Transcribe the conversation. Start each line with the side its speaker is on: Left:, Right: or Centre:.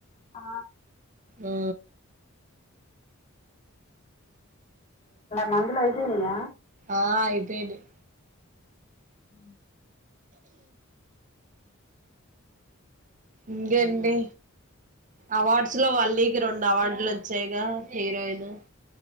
Left: ఆ
Right: ఆ
Left: మందుల వయితేలయ
Right: ఆ అయిపోయినాయి
Left: హ
Right: ఇంకడి అవార్డ్స్ లో వళీకి రెండు అవార్డులు వచ్చాయిగా హీరోయిన్